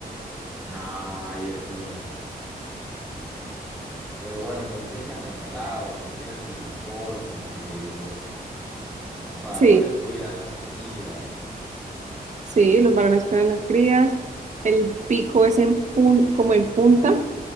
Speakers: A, in the centre; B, on the right.
A: Ay, eso. Pero bueno, me dijiste que anda en el agua, que tiene el pico corto, que los varones
B: Sí,
A: cuidan las crías.
B: sí, los varones cuidan las crías, el pico es en pun- como en punta,